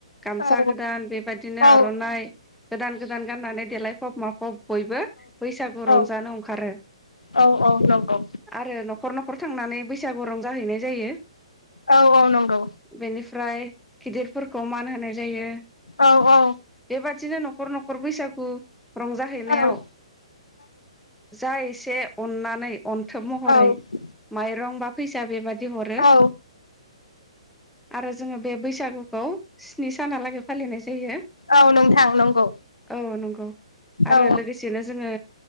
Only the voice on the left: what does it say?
औ
औ
औ
औ औ नंगौ
औ औ नंगौ
औ औ
औ
औ औ
औ
औ नोंथां नंगौ
औ